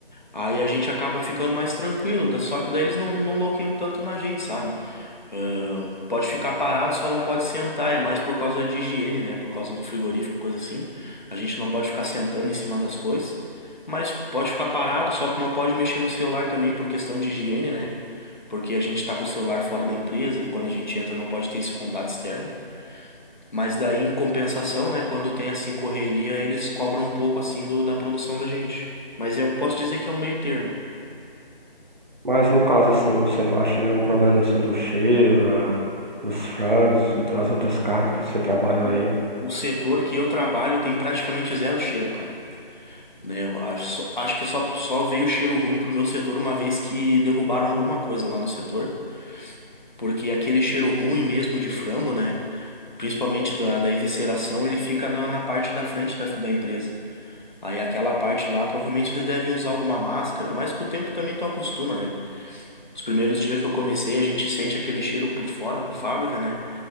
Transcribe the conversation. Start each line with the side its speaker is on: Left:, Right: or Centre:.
Left: aí a gente acaba ficando mais tranquilo, da- só que daí eles não, não loqueiam tanto na gente, sabe? Ahn, pode ficar parado, só não pode sentar. É mais por causa de higiene, né? Por causa do frigorífico, coisa assim. A gente não pode ficar sentando em cima das coisas. Mas pode ficar parado, só não pode mexer no celular também por questão de higiene, né? Porque a gente tá com o celular fora da empresa e quando a gente entra não pode ter esse contato externo. Mas daí, em compensação, né? Quando tem assim correria, eles cobram um pouco assim do, da produção da gente. Mas eu posso dizer que é um meio termo.
Right: Mas no caso assim, você não acha nenhum problema assim do cheiro, da, dos frangos, das outras carnes que você trabalha
Left: O,
Right: aí?
Left: o setor que eu trabalho tem praticamente zero cheiro, cara. né? Eu acho, só- acho que só, só veio cheiro ruim pro meu setor uma vez que derrubaram alguma coisa lá no setor, porque aquele cheiro ruim mesmo de frango, né? Principalmente da, da evisceração, ele fica na, na parte da frente da, da empresa. Aí aquela parte lá, provavelmente eles devem usar alguma máscara, mas com o tempo também tu acostuma, né? Os primeiros dias que eu comecei, a gente sente aquele cheiro por fora da fábrica, né?